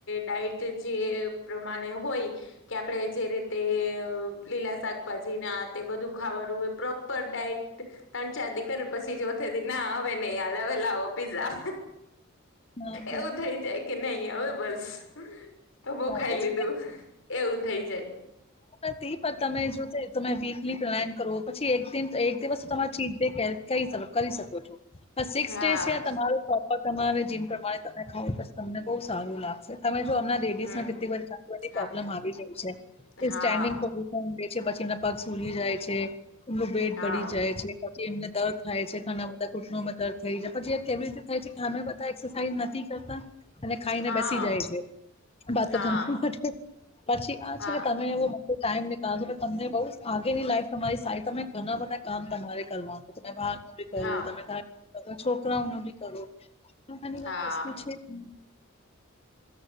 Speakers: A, on the left (about 65°); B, on the left (about 30°).
A: ડાઇટ જે પ્રમાણે હોય કે આપડે જે રીતે લીલા શાકભાજી ને આ તે બધું ખાવાનું પ્રોપર ડાઈટ તણ ચાર દી કરી પછી <unintelligible> ના હવે નહી હાલે હવે લાવો પીઝા
B: હા
A: એવું થઈ જાય કે નઈ હવે બસ તો બો ખાઈ
B: બસ
A: લીધું, એવું થઈ જાય.
B: ટી પણ તમે જો જે તમે વીકલી પ્રયાયામ કરો પછી એક દિન એક દિવસ તમારી ચીટ ડે કે કહી શકો, કરી શકો છ, પણ સિક્સ
A: હા
B: ડેઝ છે તમારું પ્રોપર તમારે જેમ પ્રમાણે તમે ખાવ તમને બહુ સારું લાગશે તમે જોમ લેડીઝમાં
A: હમ
B: કેટલી બધી ચાલવાની
A: હા
B: પ્રોબ્લેમ આવી રહી છે,
A: હા
B: સ્ટેન્ડીંગ ફ દે છે પછી એના પગ સુજી જાય છે, એમનું વેટ
A: હા
B: બડી જાય છે. પછી એમને દર્દ થાય છે, ઘણા બધા ઘૂંટણોમાં દર્દ થઈ જા, પછી એ કેવી રીતે થાય છે, ખામે બધા એક્સ સાઇ નથી કરતા, અને ખાઈને
A: હા
B: બેસી જાય છે. વાતો
A: હા
B: ગણવા માટે, પછી આ
A: હા
B: છે કે તમે મોટો ટાઈમ નીળશો, તમને બઉ આગેની લાઈફ તમારી સારી, તમે ઘણા બધા કામ તમારે કરવાનું, તેમાં બી કરો,
A: હા
B: તમે છોકરાઓ નો બી કરો, ઘણી
A: હા
B: વાર વસ્તુ છેજ ની